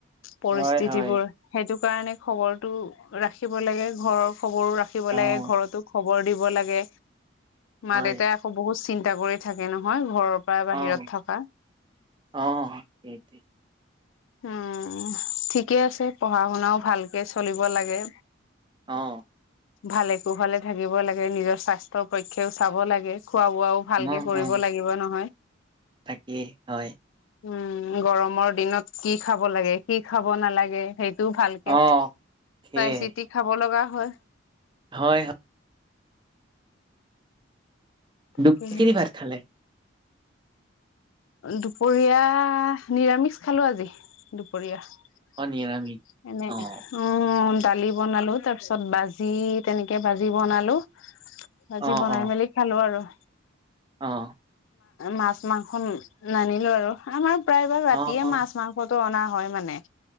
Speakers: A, on the left; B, on the right.
A: পৰিস্থিতিবোৰ
B: হয়, হয়,
A: সেইটো কাৰণে খবৰৰতটো ৰাখিব লাগে ঘৰৰ খবৰো ৰাখিব
B: অ',
A: লাগে ঘৰতো খব খবৰ দিব লাগে। মা-দেউতাই
B: হয়,
A: আকৌ বহুত চিন্তা কৰি থাকে নহয় ঘৰৰ।
B: অ',
A: বাহিৰত থকা।
B: অ', সেইটোৱে
A: উম, ঠিকে আছে। পঢ়া শুনাও ভালকে চলিব লাগে।
B: আহ।
A: ভালে-কুশলে থাকিব লাগে। নিজৰ স্বাস্থ্যৰ পক্ষেও চাব লাগে। খোৱা-বোৱাও ভালকে
B: অ',
A: কৰিব
B: অ',
A: লাগিব নহয়।
B: তাকেই হয়।
A: উম, গৰমত কি খাব লাগে কি খাব নালাগে সেই ভালকে
B: অ', সেয়াই
A: চাই চিতি খাব লগা হয়।
B: হয়, হয়,
A: তাকেহে
B: দুব খিন ভাত খালে।
A: দুপৰীয়া নিৰামিষ খালো আজি দুপৰীয়া।
B: অ', নিৰামিষ
A: এনে
B: অ',
A: উম। দালি বনালো তাৰ পিছত ভাজি তেনেকে ভাজি বনালো।
B: অ',
A: আজি বনাই
B: অ',
A: মেলি খালো আৰু।
B: অ',
A: মাছ- মাংস নানিলো আৰু আমাৰ প্ৰায়ভাগ ৰাতিয়ে
B: অ', অ',
A: মাছ-মাংস টো অনা হয় মানে।